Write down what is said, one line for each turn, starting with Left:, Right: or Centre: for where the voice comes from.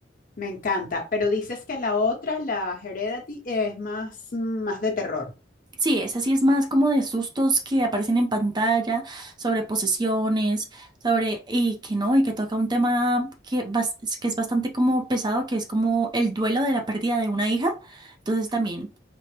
Left: Me encanta, pero dices que la otra, la Heredity, es más, mm, más de terror.
Right: Sí, esa sí es más como de sustos que aparecen en pantalla, sobre posesiones, sobre, y que no, y que toca un tema que, bas- que es bastante como pesado, que es como el duelo de la pérdida de una hija. Entonces también